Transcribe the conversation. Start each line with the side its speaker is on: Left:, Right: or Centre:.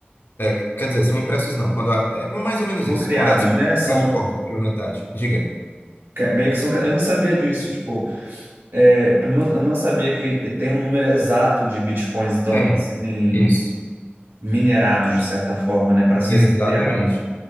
Left: é, quer dizer, são impressos não, quando a- é mais ou menos
Right: São
Left: isso,
Right: criados,
Left: quando a disponibilidade
Right: né? São
Left: corta pela metade. Diga.
Right: meio que são. cri- Eu não sabia disso, tipo, é, não- eu não sabia que tem um número exato de bitcoins, então,
Left: Tem.
Right: para serem
Left: Isso.
Right: minerados de certa forma, né? Para serem
Left: Exatamente.
Right: criados.